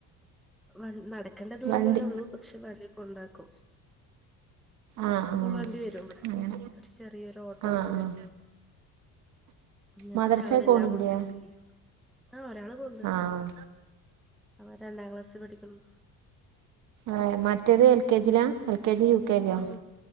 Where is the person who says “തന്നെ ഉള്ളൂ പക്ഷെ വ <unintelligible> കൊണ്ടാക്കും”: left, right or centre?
Centre